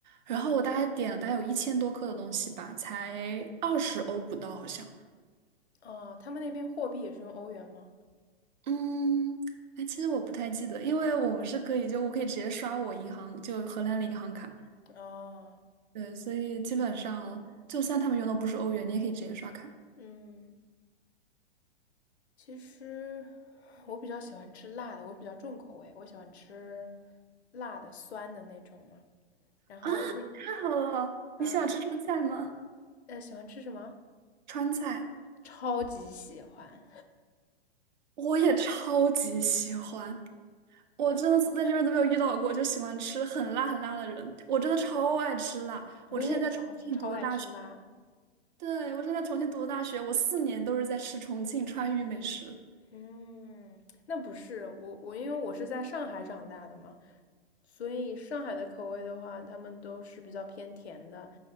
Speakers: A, on the right; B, on the left.
A: 然后我大概点了大概有一千多克的东西吧，才二十欧不到好像。
B: 哦，他们那边货币也是用欧元吗？
A: 嗯，哎，其实我不太记得，因为我们是可以就我可以直接刷我银行就荷兰的银行卡，
B: 啊，
A: 对，所以基本上就算他们用的不是欧元，你也可以直接刷卡。
B: 嗯。其实我比较喜欢吃辣的，我比较重口味，我喜欢吃辣的、酸的那种嘛。然后我最近，
A: 啊，太好了！
B: 嗯
A: 你喜欢吃川菜吗？
B: 呃，喜欢吃什么？
A: 川菜
B: 超级喜欢，
A: 我也超级喜欢，我真的是在这边都没有遇到过，就喜欢吃很辣很辣的人。我真的超爱吃辣。
B: <laughs> 我也超超爱吃辣。
A: 我之前在重庆读的大学，对，我之前在重庆读的大学，我四年都是在吃重庆川渝美食。
B: 嗯，那不是我我，因为我是在上海长大的嘛，所以上海的口味的话，他们都是比较偏甜的。